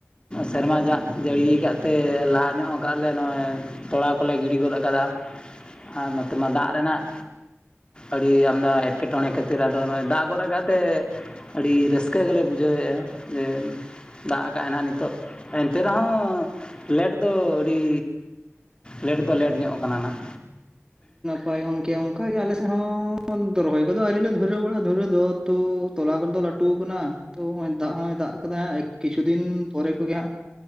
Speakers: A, on the left; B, on the right.
A: ᱥᱮᱨᱢᱟ ᱡᱟᱜ ᱡᱟᱹᱲᱤ ᱠᱟᱫ ᱛᱮ ᱞᱟᱦᱟ ᱧᱚᱜ ᱠᱟᱜ ᱟᱞᱮ ᱱᱚᱜᱼᱚᱭ ᱛᱚᱲᱟ ᱠᱚᱞᱮ ᱜᱤᱰᱤ ᱜᱚᱫ ᱠᱟᱫᱟ ᱟᱨ ᱱᱚᱛᱮᱢᱟ ᱫᱟᱜ ᱨᱮᱱᱟᱜ ᱟᱹᱰᱤ ᱟᱢᱫᱟ ᱮᱴᱠᱮᱴᱚᱬᱮ ᱠᱷᱟᱹᱛᱤᱨ ᱟᱫᱚ ᱱᱚᱜᱼᱚᱭ ᱫᱟᱜ ᱜᱚᱫ ᱠᱟᱜ ᱛᱮ ᱟᱹᱰᱤ ᱨᱟᱹᱥᱠᱟᱹ ᱜᱮᱞᱮ ᱵᱩᱡᱷᱟᱹᱣᱮᱫᱼᱟ ᱡᱮ ᱫᱟᱜ ᱟᱠᱟᱫᱼᱟᱭ ᱱᱟᱦᱟᱜ ᱱᱤᱛᱚᱜ ᱮᱱᱛᱮ ᱨᱮᱦᱚᱸ ᱞᱮᱴ ᱫᱚ ᱟᱹᱰᱤ ᱞᱮᱴ ᱫᱚ ᱞᱮᱴ ᱧᱚᱜ ᱠᱟᱱᱟ ᱱᱷᱟᱜ᱾
B: ᱦᱚᱭ ᱜᱚᱝᱠᱮ ᱚᱱᱠᱟ ᱜᱮ ᱟᱞᱮ ᱥᱮᱫ ᱦᱚᱸ ᱨᱚᱦᱚᱭ ᱠᱚᱫᱚ ᱟᱹᱣᱨᱤ ᱞᱮ ᱫᱷᱩᱨᱟᱹᱣ-ᱟ ᱫᱷᱩᱨᱟ. ᱣ ᱫᱚ᱾ ᱛᱚᱞᱟ ᱠᱚᱫᱚ ᱞᱟᱹᱴᱩ ᱠᱟᱱᱟ ᱛᱳ ᱫᱟᱜ ᱦᱚᱸᱭ ᱫᱟᱜ ᱠᱟᱫᱟᱭ, ᱠᱤᱪᱷᱩ ᱫᱤᱱ ᱯᱚᱨᱮ ᱠᱚᱜᱮ ᱦᱟᱸᱜ